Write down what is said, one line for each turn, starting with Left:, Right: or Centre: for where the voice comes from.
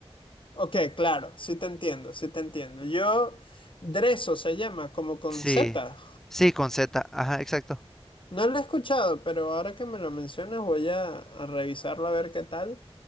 Left: Ok, claro, sí te entiendo, sí te entiendo. Yo, Dreso se llama como con
Centre: Sí,
Left: Z.
Centre: sí, con Z, ajá, exacto.
Left: No lo he escuchado, pero ahora que me lo mencionas voy a, a revisarlo a ver qué tal.